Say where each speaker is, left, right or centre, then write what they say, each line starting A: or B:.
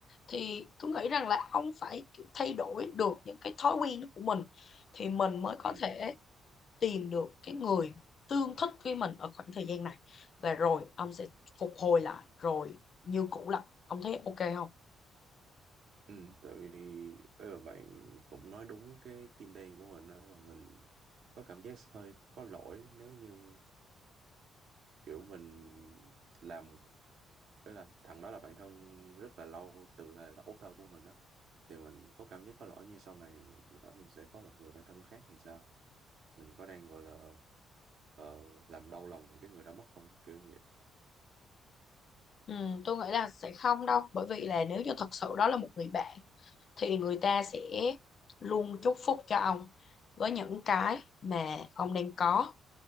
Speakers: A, on the left; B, on the right.
A: thì tôi nghĩ rằng là ông phải thay đổi được những cái thói quen của mình thì mình mới có
B: ừ,
A: thể tìm được cái người tương thích với mình ở khoảng thời gian này và rồi ông sẽ phục hồi lại rồi như cũ lại ông thấy ok không
B: ừ. Tại vì bây giờ bạn cũng nói đúng cái tim đen của mình đó là mình có cảm giác hơi có lỗi nếu như kiểu mình làm Với là thằng đó là bạn thân rất là lâu từ thời là ấu thơ của mình đó. Thì mình có cảm giác có lỗi như sau này lỡ mình sẽ có một người bạn thân khác thì sao? Mình có đang gọi là ờ, làm đau lòng cái người đã mất không? Kiểu như vậy.
A: ừ, tôi nghĩ là sẽ không đâu bởi vì là nếu như thật sự đó là một người bạn thì người ta sẽ luôn chúc phúc cho ông với những cái mà ông đang có